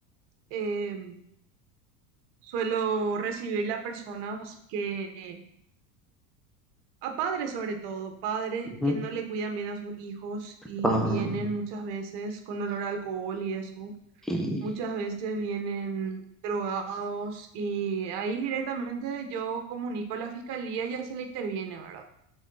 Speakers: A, on the right; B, in the centre.
A: em, Suelo recibirle a personas que, a padres sobre todo, padres
B: Ujú.
A: que no le cuidan bien a sus hijos y
B: Ah,
A: vienen muchas veces con olor a alcohol y eso.
B: y...
A: Muchas veces vienen drogados y ahí directamente yo comunico a la fiscalía y ya se le interviene, ¿verdad?